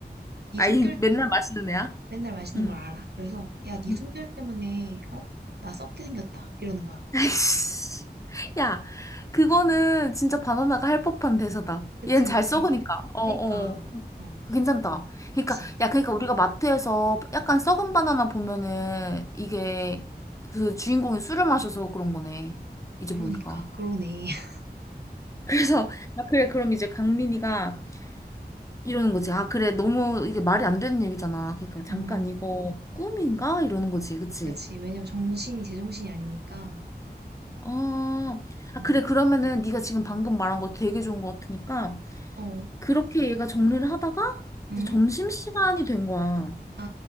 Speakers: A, on the right; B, on the left.
A: 네
B: 아이,
A: 숨결
B: 맨날 마시는 애야?
A: 맨날 마시는
B: 응.
A: 걸 알아 그래서 야 네
B: 응.
A: 숨결 때문에 어? 나 썩게 생겼다 이러는 거야
B: <laughs> 아이씨. 야, 그거는 진짜 바나나가 할 법한 대사다.
A: 그치
B: 얘는 잘
A: 그치
B: 썩으니까. 어,
A: 그니까
B: 어.
A: 어
B: 그거 괜찮다.
A: 그치
B: 그러니까 야, 그러니까 우리가 마트에서 약간 썩은 바나나 보면은 이게 그 주인공이 술을 마셔서 그런 거네. 이제
A: 그러니까
B: 보니까.
A: 그러네 <laughs>
B: 그래서 아 그래 그럼 이제 강민이가 이러는 거지. 아 그래 너무 이게 말이 안 되는 얘기잖아. 그러니까 잠깐
A: 음
B: 이거 꿈인가 이러는 거지. 그치?
A: 그치 왜냐면 정신이 제정신이 아니니까
B: 어. 아
A: 음
B: 그래 그러면은 네가 지금 방금 말한 거 되게 좋은 거 같으니까
A: 어
B: 그렇게 얘가 정리를 하다가
A: 음
B: 이제 점심시간이 된 거야.
A: 아